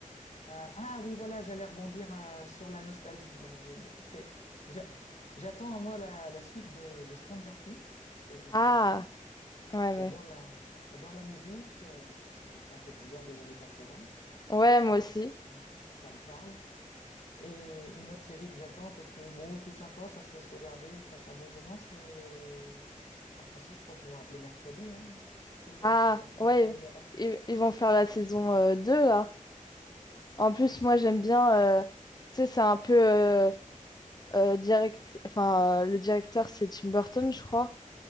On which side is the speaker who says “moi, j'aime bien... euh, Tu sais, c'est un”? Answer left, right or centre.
Left